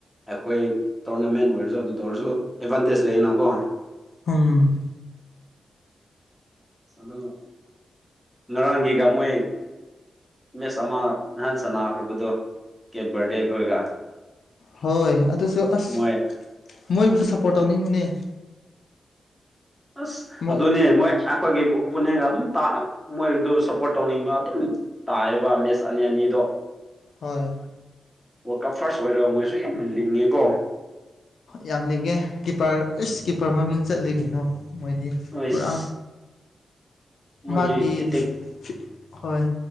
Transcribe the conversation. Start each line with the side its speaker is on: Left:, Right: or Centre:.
Centre: ꯑꯩꯈꯣꯏ ꯇꯣꯔꯅꯥꯃꯦꯟ ꯑꯣꯏꯔꯁꯨ ꯑꯗꯨ ꯇꯧꯔꯁꯨ ꯑꯦꯗꯚꯥꯟꯇꯦꯖ ꯂꯩꯌꯦꯅꯀꯣ
Left: ꯎꯝ
Centre: ꯑꯥ ꯉꯔꯥꯡꯒꯤꯒ ꯃꯣꯏ ꯃꯦꯁ ꯑꯃ ꯅꯍꯥꯟ ꯁꯥꯟꯅꯥꯈ꯭ꯔꯕꯗꯣ ꯀꯦꯞ ꯕꯥꯔꯗꯦ ꯈꯣꯏꯒ
Left: ꯍꯣꯏ ꯑꯗꯨꯁꯨ ꯑꯁ
Centre: ꯃꯣꯏ
Left: ꯃꯣꯏꯕꯨꯁꯨ ꯁꯞꯄꯣꯔꯠ ꯇꯧꯅꯤꯡꯕꯅꯦ
Centre: ꯑꯁ
Left: ꯑꯃꯨꯛ
Centre: ꯑꯗꯨꯅꯦ ꯃꯣꯏ ꯑꯩꯈꯣꯏꯒꯤ ꯑꯣꯄꯣꯅꯦꯟꯒ ꯑꯗꯨꯝ ꯃꯣꯏꯗꯨ ꯁꯞꯄꯣꯔꯠ ꯇꯧꯅꯤꯡꯕ ꯑꯗꯨꯝ ꯇꯥꯏꯌꯦꯕ ꯃꯦꯠꯁ ꯑꯅꯤ ꯑꯅꯤ ꯑꯣ
Left: ꯍꯣꯏ
Centre: ꯋꯥꯔꯜ ꯀꯞ ꯐꯥꯔꯁ ꯑꯣꯏꯔꯒ ꯃꯣꯏꯁꯨ ꯌꯥꯝ ꯂꯤꯡꯉꯦꯀꯣ
Left: ꯌꯥꯝꯂꯤꯡꯉꯦ ꯀꯤꯞꯄꯔ ꯑꯩꯁ ꯀꯤꯞꯄꯔ ꯃꯃꯤꯡ ꯆꯠꯂꯤ ꯀꯩꯅꯣ ꯃꯣꯏꯗꯤ
Centre: ꯑꯁ
Left: ꯄꯨꯔꯥ
Centre: ꯃꯣꯏꯒꯤ
Left: ꯃꯥꯒꯤ
Centre: ꯑꯦꯇꯦꯛ
Left: ꯄꯤꯠ ꯍꯣꯏ